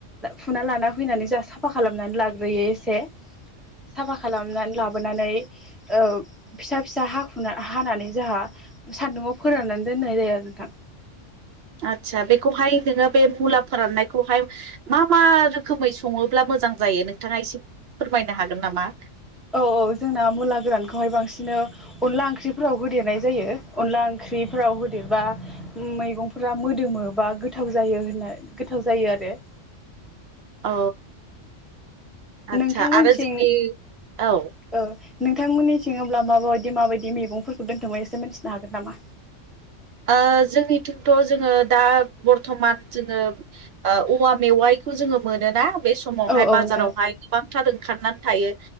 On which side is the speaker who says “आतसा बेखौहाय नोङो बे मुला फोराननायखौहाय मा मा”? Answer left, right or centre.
Right